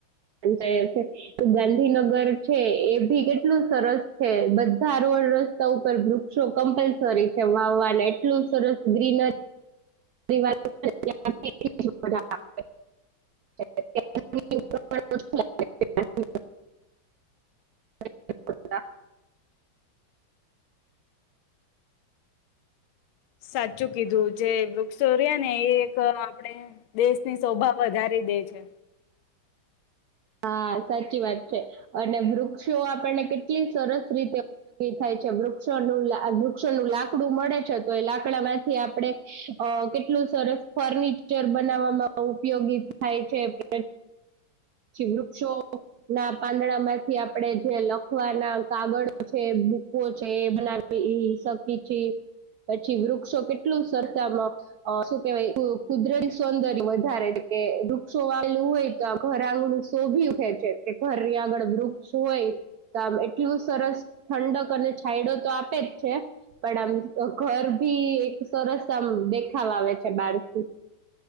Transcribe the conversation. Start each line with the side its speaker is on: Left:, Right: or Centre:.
Right: છે ગાંધીનગર છે એ ભી કેટલું સરસ છે બધા રસ્તા ઉપર વૃક્ષો કમ્પલસરી છે, વાવવાને એટલું સરસ ગ્રીનરી પરિવાર <unintelligible> <unintelligible>
Left: સાચું કીધું જે વૃક્ષોરિયા ને એ એક આપણે દેશની શોભા વધારે દે છે,
Right: હા સાચી વાત છે, અને ભૃક્ષ વૃક્ષ આપણને કેટલી સરસ રીતે ઉપયોગી થાય છે, વૃક્ષ વું વૃક્ષ નું લાકડું મળે, લાકડા માંથી આપણે કેટલું સરસ ફર્નિચર બનાવવામાં ઉપયોગ ગીત થાય છે એ પછી, વૃક્ષો ના પાંદડા માંથી આપણેે જે લખવાના કાગળો છે. બૂકો છે, એ બનાવી શકી છે. પછી વૃક્ષો, કેટલું સરતામાં શું કેવાય કુદરતી સૌંદર્ય વધારે કે વૃક્ષો વાયલું હોય, તો ઘર આંગણું શોભી ઉઠે છે, કે ઘર આગળ વૃક્ષ હોય, તો આમ એટલું સરસ ઠંડક અને છાયડો, તો આપે જ છે. પણ આમ ઘર ભી એક સરસ આમ દેખાવા આવે છે, બારથી